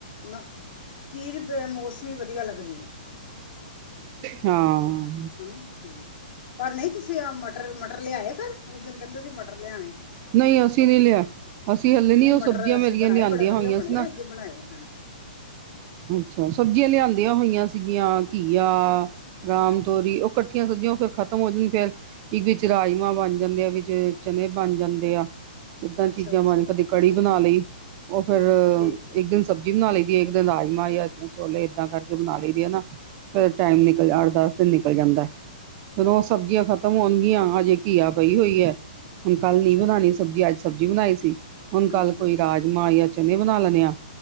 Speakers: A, on the left; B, on the right.
A: ਨਾ, ਚੀਜ਼ ਬੇਮੋਸਮ ਵੀ ਵਧੀਆ ਲੱਗਦੀ ਐ
B: ਹਾਂ ਹਾਂ
A: ਹੈ ਨਾ ਹੂ ਪਰ ਨਹੀਂ ਤੁਸੀਂ ਆਹ ਮਟਰ ਮਟਰ ਲਿਆਏ ਫਿਰ, ਉਸ ਦਿਨ ਕਹਿੰਦੇ ਸੀ ਮਟਰ ਲਿਆਣੇ।
B: ਨਹੀਂ ਅਸੀਂ ਨਹੀਂ ਲਿਆਏ। ਅਸੀਂ ਹਲੇ ਨੀ,
A: ਨਹੀਂ
B: ਉਹ
A: ਮਟਰ
B: ਸਬਜ਼ੀਆਂ
A: ਅਸੀਂ
B: ਮੇਰੀਆਂ
A: ਬਣਾਏ
B: ਲਿਆਉਂਦਿਆਂ
A: ਬੜੇ ਵਧੀਆ
B: ਹੋਇਆ
A: ਬਣੇ
B: ਸੀ ਨਾ।
A: ਆ ਅੱਜ ਬਣਾਏ ਹਾਂ
B: ਅੱਛਾ, ਸਬਜ਼ੀਆਂ ਲਿਆਂਦੀਆਂ ਹੋਈਆਂ ਸੀਗੀਆਂ ਘੀਆ ਰਾਮ ਤੋਰੀ, ਉਹ ਇਕੱਠੀਆਂ ਸਬਜ਼ੀਆਂ ਫਿਰ ਖਤਮ ਖਤਮ ਹੋ ਜਾਂਦੀ ਫੇਰ, ਇੱਕ ਵਿੱਚ ਰਾਜਮਾਂ ਬਣ ਜਾਂਦੇ ਆ, ਵਿੱਚ ਚਨ ਬਣ ਜਾਂਦੇ ਆ। ਏਦਾਂ
A: ਅੱਛਾ
B: ਚੀਜ਼ਾਂ
A: ਅੱਛਾ
B: ਬਣ, ਕਦੀ ਕੜੀ ਬਣਾ ਲਈ ਉਹ ਫਿਰ
A: ਠੀਕ ਹੈ
B: ਇੱਕ ਦਿਨ ਸਬਜ਼ੀ ਬਣਾ ਲਈ ਦੀ ਹੈ, ਇੱਕ ਦਿਨ ਰਾਜਮ ਜਾਂ ਛੋਲੇ ਏਦਾਂ ਕਰਕੇ ਬਣਾ ਲਈ ਦੀ ਆ ਨਾ। ਫਿਰ ਟਾਈਮ
A: ਅੱਛਾ
B: ਨਿਕਲ ਅੱਠ ਦਸ ਦਿਨ ਨਿਕਲ ਜਾਂਦਾ। ਫਿਰ
A: ਅੱਛਾ
B: ਉਹ ਸਬਜ਼ੀਆਂ
A: ਅੱਛਾ
B: ਖਤਮ ਹੋਣਗੀਆਂ। ਹਜੇ ਘੀਆ ਪਈ
A: ਹਾਂ
B: ਹੋਈ ਹੈ, ਹੁਣ ਕੱਲ
A: ਅੱਛਾ
B: ਨਹੀ ਬਣਾਣੀ ਸਬਜ਼ੀ ਅੱਜ ਸਬਜ਼ੀ ਬਣਾਈ ਸੀ, ਹੁਣ
A: ਹਾਂ
B: ਕੱਲ
A: ਹਾਂ
B: ਕੋਈ ਰਾਜ਼ਮਾ ਜਾਂ ਚਨੇ ਬਣਾ ਲੈਣੇ ਆ।